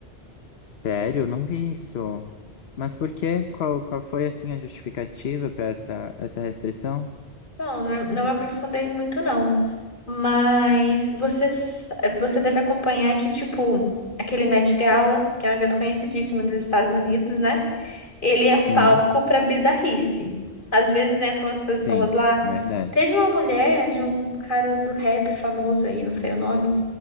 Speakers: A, on the left; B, on the left.
A: Sério, não vi isso. Mas por quê? Qual, qual foi, assim, a justificativa para essa, essa restrição?
B: Não, não não me aprofundei muito, não. Mas você, s- você deve acompanhar que, tipo, aquele Met Gala, que é um evento conhecidíssimo dos Estados Unidos, né? Ele é palco
A: Hum,
B: pra bizarrice. Às vezes entram umas pessoas
A: sim,
B: lá.
A: verdade.
B: Teve uma mulher de um cara do rap famoso aí, não sei o nome,